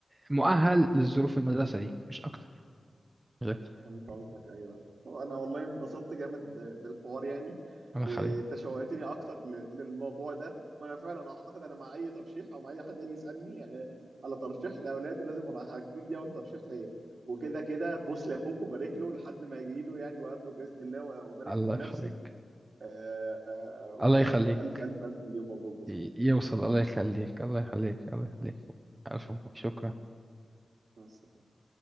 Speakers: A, on the right; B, on the right.
A: مؤهل للظروف المدرسة دي مش اكتر مش اكتر
B: فهمت قصدك ايوه طب انا والله انبسطت جامد ب- بالحوار يعني
A: الله
B: وانت
A: يخليك
B: شوقتني اكتر ل- للموضوع ده وانا فعلا اعتقد انا مع اي ترشيح او مع اي حد يجي يسالني آه، على ترشيح لاولاده لازم راح هتكون دي اول ترشيح ليا وكده كده بوس لاخوك وبارك له لحد ما يجي له يعني وقابله باذن الله وبارك
A: الله
B: له بنفسي
A: يخليك
B: آه، آه، آه،
A: الله يخليك
B: والف الف الف مليون مبروك يا صاحبي
A: ي- يوصل الله يخليك الله يخليك الله يخليك الف مبروك شكرا
B: مع السلامة